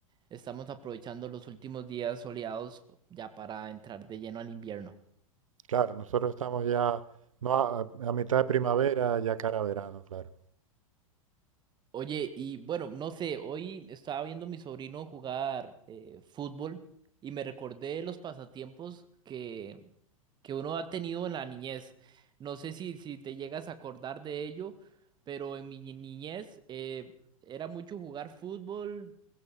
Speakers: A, on the right; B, on the right.
A: estamos aprovechando los últimos días soleados ya para entrar de lleno al invierno.
B: Claro, nosotros estamos ya no a, a mitad de primavera, ya cara a verano, claro.
A: Oye, y bueno, no sé, hoy estaba viendo a mi sobrino jugar eh, fútbol y me recordé los pasatiempos que, que uno ha tenido en la niñez. No sé si, si te llegas a acordar de ello, pero en mi ni- niñez eh, era mucho jugar fútbol